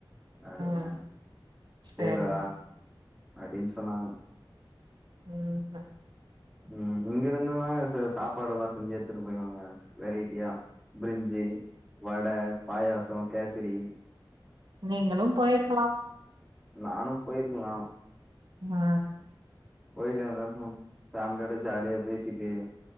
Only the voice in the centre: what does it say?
அப்படின்ன
சேர்றா அப்டின்னு சொன்னாங்க
ம் இங்கருந்து தாங்க ச சாப்பாடுல்லா செஞ்சு எடுத்துட்டு போயிருவாங்க வெரைட்டியா பிரிஞ்சு வட பாயாச கேசரி
நானும் போயிருக்கலா
போயிட்ரறா சந்தோசமா ஃபேமிலியோட ஜாலிய பேசிட்டு